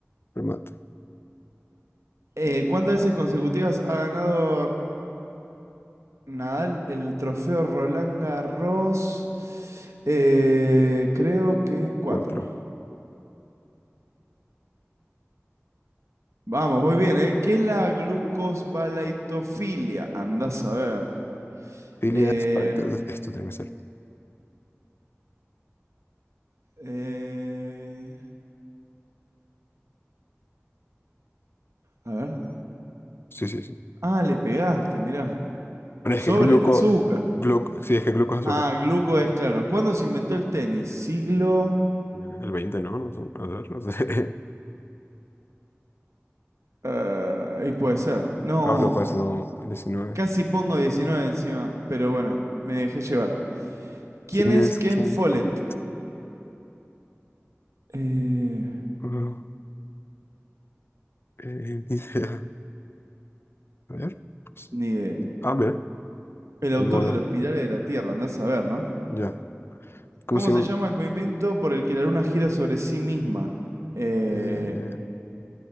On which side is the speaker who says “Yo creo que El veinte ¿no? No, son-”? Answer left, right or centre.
Left